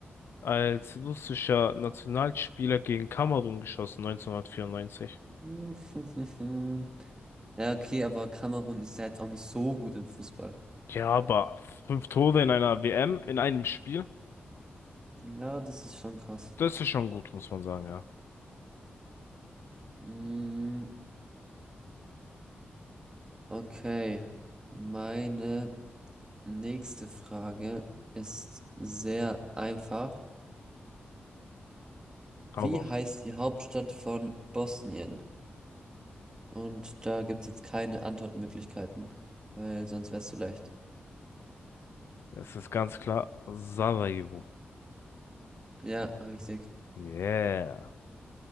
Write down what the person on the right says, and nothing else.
<laughs> Ja, okay, aber Kamerun ist ja jetzt auch nicht so gut im Fußball.
Ja, das ist schon krass.
Mm, okay. Meine nächste Frage ist sehr einfach. Wie
heißt die Hauptstadt von Bosnien? Und da gibt es jetzt keine Antwortmöglichkeiten, weil sonst wär's zu leicht.
Ja, richtig.